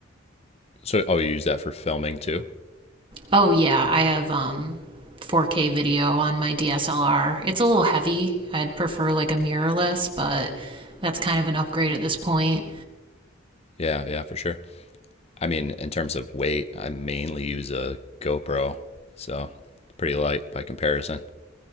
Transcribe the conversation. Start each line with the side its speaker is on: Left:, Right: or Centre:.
Left: so oh you use that for filming too?
Right: Oh, yeah. I have um 4K video on my DSLR. It's a little heavy. I'd prefer like a mirrorless, but that's kind of an upgrade at this point.
Left: Yeah, yeah, for sure. I mean, in terms of weight, I mainly use a GoPro, so it's pretty light by comparison.